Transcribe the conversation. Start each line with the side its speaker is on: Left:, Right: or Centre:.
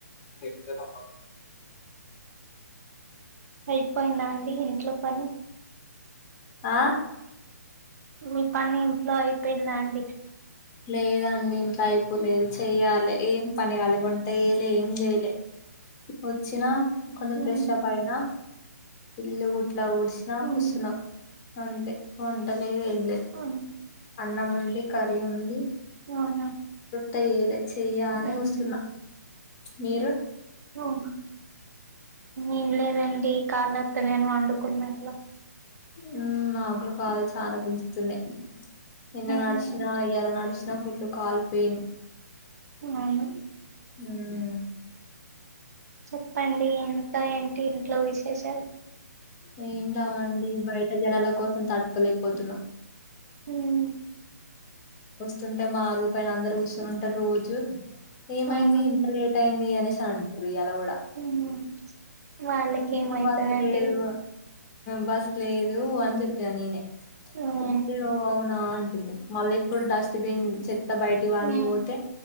Left: ఉద మ
Right: అయిపోయిందా అండి ఇంట్లో పని?
Left: ఆ
Right: మీ పని ఇంట్లో అయిపోయిందా అండి?
Left: లేదండి ఇంట్ల అయిపోలేదు చెయ్యాలె, ఏం పని కాలె వంట చేయలే ఏం చేయలే. వచ్చిన కొంచం
Right: ఉహు
Left: ఫ్రెష్ అప్ అయినా, ఇల్లు గుట్ల ఊడ్చిన
Right: ఉమ్
Left: కూసున్నా. అంతే వంటలేదు ఏం లేదు
Right: ఆ
Left: అన్నం ఉంది, కర్రీ ఉంది.
Right: అవునా
Left: వంట చేయలె, చెయ్య అనే
Right: ఉమ్
Left: చూస్తున్న, మీరు?
Right: ఓహ్ ఏం లేదండి, కాలు నొత్తాన్నయ్ అని వండుకున్నట్లా
Left: ఉమ్ నాకు గుడ కాళ్ళు చాల గుంజుతున్నయ్. నిన్న
Right: ఉమ్
Left: నడిశిన ఇయ్యాల నడిశిన, ఫుల్ కాలు పెయిన్
Right: అవును
Left: ఉమ్
Right: చెప్పండి ఇంత ఏంటి ఇంట్లో విశేషాలు?
Left: నేనా అండి బయట జనాల కోసం తట్టుకోలేకపోతున్నాం
Right: ఉమ్
Left: వస్తుంటే మాఅరుగు పైన అందరు కూర్చొని ఉంటరు రోజు ఏమైంది
Right: అవునా
Left: ఇంతా లేటు లెట్ అయింది అనేసి అంటారు ఇయ్యలా గూడా
Right: ఉమ్ వాళ్ళకి
Left: ఆంటీ
Right: ఏమైతదండి
Left: బస్ లేదు బస్ లేదు అని చెప్పిన నేనే
Right: ఉమ్
Left: చెప్తే ఓ అవునా అంటుంది మళ్ళీ ఇప్పుడు డస్ట్బిన్ చెత్త బయటిపడనిక
Right: ఉమ్
Left: పోతే